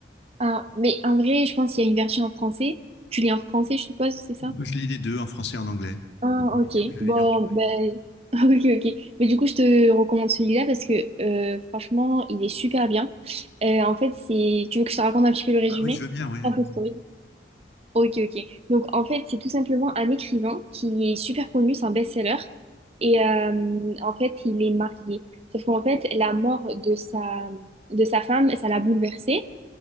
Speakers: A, on the right (about 35°); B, on the left (about 80°).
A: Ah, mais en vrai, je pense qu'il y a une version en français. Tu lis en français, je suppose, c'est ça?
B: Je lis les deux en français et en anglais.
A: Ah,
B: Millennium,
A: ok.
B: je
A: Bon,
B: l'ai lu en anglais.
A: ben, <laughs> ok, ok. Mais du coup, je te recommande celui-là parce que euh, franchement, il est super bien. Euh, en fait, c'est. Tu veux que je te raconte un petit peu le résumé?
B: Ah oui, je veux bien, oui.
A: Un peu story.
B: oui.
A: Ok, ok. Donc, en fait, c'est tout simplement un écrivain qui est super connu, c'est un best-seller. Et euh, en fait, il est marié. Sauf qu'en fait, la mort de sa, de sa femme, ça l'a bouleversé.